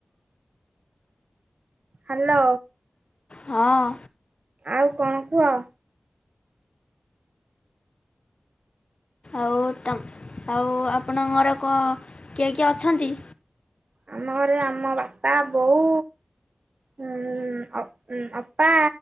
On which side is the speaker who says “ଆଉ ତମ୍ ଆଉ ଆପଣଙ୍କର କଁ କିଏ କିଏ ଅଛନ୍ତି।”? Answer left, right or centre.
Left